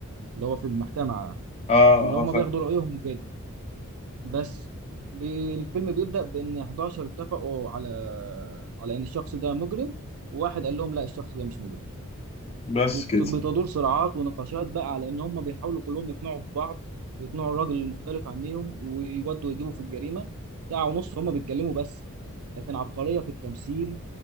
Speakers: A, on the right; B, on the left.
A: اللي هو في المحكمة
B: اه
A: فاهم اللي هم
B: اه فاهم
A: بياخدوا رأيهم وكده بس بي- الفيلم بيبدأ بإن 11 اتفقوا على على إن الشخص ده مجرم وواحد قال لهم لا الشخص ده مش مجرم
B: بس
A: وبتدور
B: كده
A: صراعات ونقاشات بقى على ان هم بيحاولوا كلهم يقنعوا في بعض ويقنعوا الراجل المختلف عنهم ويودوا يجيبوا في الجريمه ساعه ونص هم بيتكلموا بس لكن عبقريه في التمثيل